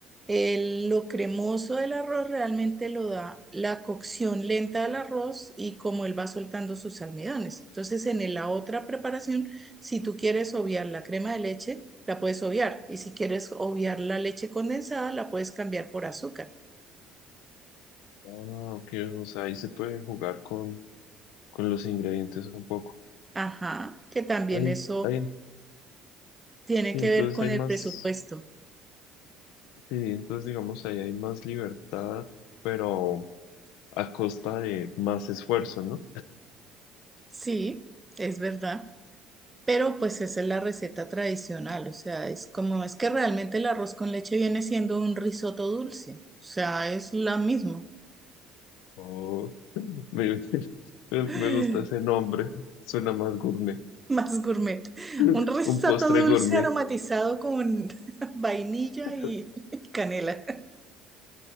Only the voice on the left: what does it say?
Ah, ok. O sea, ahí se puede jugar con, con los ingredientes un poco.
Hay,
hay,
sí,
entonces
hay
más,
sí, entonces digamos ahí hay más libertad, pero a costa de más esfuerzo, ¿no?
Oh, me, <laughs> me
me gusta ese nombre, suena más gourmet,
<laughs>
un postre
gourmet.
<laughs>